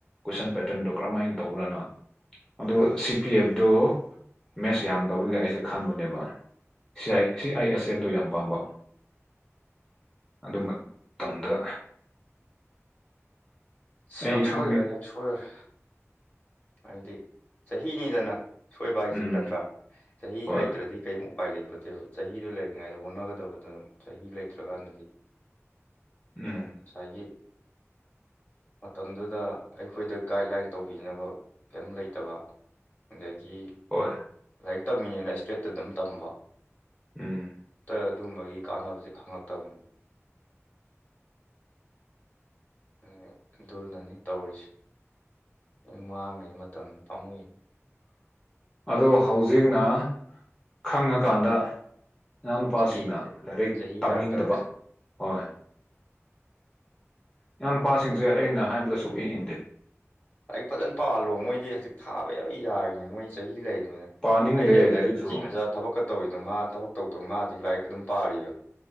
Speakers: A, on the left; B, on the left.
A: ꯀꯣꯏꯁꯟ ꯄꯦꯇꯔ꯭ꯟꯗꯨ ꯀꯔꯝꯃꯥꯏꯅ ꯇꯧꯕ꯭ꯔꯅ ꯑꯗꯨ
B: ꯑꯥ
A: ꯁꯤ ꯄꯤ ꯑꯦꯐꯗꯨ ꯃꯦꯁ ꯌꯥꯝꯗꯕꯒꯤ ꯑꯩꯁꯦ ꯈꯟꯕꯅꯦꯕ ꯁꯤ ꯑꯥꯏ ꯁꯤ ꯑꯥꯏ ꯑꯦꯁ ꯑꯐꯗꯣ ꯌꯥꯝ ꯄꯥꯝꯕ ꯑꯗꯨ ꯃꯇꯝꯗ
B: ꯁꯤ
A: ꯑꯩ
B: ꯌꯥꯝ
A: ꯈꯪꯅꯤ
B: ꯁꯣꯏꯈ꯭ꯔꯦ ꯌꯥꯝ ꯁꯣꯏꯈ꯭ꯔꯦ ꯍꯥꯏꯗꯤ ꯆꯍꯤꯅꯤꯗꯅ ꯁꯣꯏꯕ ꯍꯥꯏꯁꯦ
A: ꯎꯝ
B: ꯈ ꯅꯠꯇ꯭ꯔꯥ ꯆꯍꯤ
A: ꯍꯣꯏ
B: ꯂꯩꯇ꯭ꯔꯗꯤ ꯀꯔꯤꯝ ꯎꯄꯥꯏ ꯂꯩꯄꯣꯠꯇꯦꯕ ꯆꯍꯤꯗꯨ ꯂꯩꯔꯤꯉꯩꯗ ꯍꯣꯠꯅꯒꯗꯕꯗꯨ ꯆꯍꯤ ꯂꯩꯇ꯭ꯔꯀꯥꯟꯗꯗꯤ ꯉꯁꯥꯏꯒꯤ
A: ꯎꯝ
B: ꯃꯇꯝꯗꯨꯗ ꯑꯩꯈꯣꯏꯗ ꯒꯥꯏꯗꯂꯥꯏꯟ ꯇꯧꯕꯤꯅꯕ ꯀꯩꯝ ꯂꯩꯇꯕ ꯑꯗꯒꯤ
A: ꯑꯣꯏ
B: ꯂꯥꯏꯔꯤꯛ ꯇꯝꯃꯤꯅꯦꯅ ꯏꯁꯇ꯭ꯔꯦꯠꯇ ꯑꯗꯨꯝ ꯇꯝꯕ
A: ꯎꯝ
B: ꯇ ꯑꯗꯨꯒꯨꯝꯕꯒꯤ ꯀꯥꯟꯅꯕꯁꯦ ꯈꯪꯉꯛꯇꯕꯅꯦꯕ ꯎꯝ ꯑꯗꯨꯅꯅꯦ ꯇꯧꯔꯤꯁꯦ ꯂꯣꯏ ꯃꯥꯡꯒꯤ ꯃꯇꯝ ꯄꯥꯝꯃꯨꯏ
A: ꯑꯗꯣ ꯍꯧꯖꯤꯛꯅ ꯈꯪꯉꯀꯥꯟꯗ ꯏꯅꯥꯎꯅꯨꯄꯥꯁꯤꯡꯅ
B: ꯆꯍꯤꯁꯦ
A: ꯂꯥꯏꯔꯤꯛ
B: ꯆꯍꯤ
A: ꯇꯝꯅꯤꯡꯗꯕ
B: ꯌꯥꯔꯛꯇ꯭ꯔꯕ
A: ꯍꯣꯏ ꯏꯅꯥꯎ ꯅꯨꯄꯥꯁꯤꯡꯁꯦ ꯑꯩꯅ ꯍꯥꯏꯕꯗ ꯁꯨꯛꯏ ꯏꯟꯗꯦ
B: ꯂꯥꯏꯔꯤꯛ ꯐꯖꯅ ꯄꯥꯍꯜꯂꯣ ꯃꯣꯏꯗꯤ ꯍꯧꯖꯤꯛ ꯊꯥꯕ ꯌꯥꯝ ꯌꯥꯔꯤꯅꯤ ꯃꯣꯏ ꯆꯍꯤ ꯂꯩꯔꯤꯅꯤꯅ
A: ꯄꯥꯅꯤꯡꯗꯦ
B: ꯑꯩꯗꯤ ꯍꯧꯖꯤꯛ
A: ꯂꯥꯏꯔꯤꯛꯁꯨ
B: ꯑꯩ ꯆꯤ ꯃꯆꯥ ꯊꯕꯛꯀ ꯇꯧꯋꯤꯗꯣ ꯃꯥ ꯊꯕꯛ ꯇꯧꯇꯧ ꯃꯥ ꯍꯧꯖꯤꯛ ꯂꯥꯏꯔꯤꯛ ꯑꯗꯨꯝ ꯄꯥꯔꯤꯕ